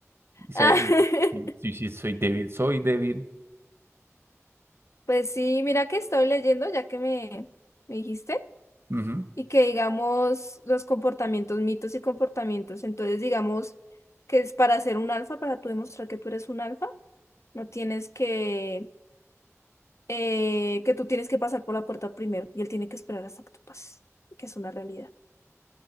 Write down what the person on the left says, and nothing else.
Ah,
<laughs>
pues sí, mira que estoy leyendo, ya que me, me dijiste,
y que digamos los comportamientos, mitos y comportamientos. Entonces, digamos que es para ser un alfa, para tú demostrar que tú eres un alfa, no tienes que eh, que tú tienes que pasar por la puerta primero y él tiene que esperar hasta que tú pases, que es una realidad.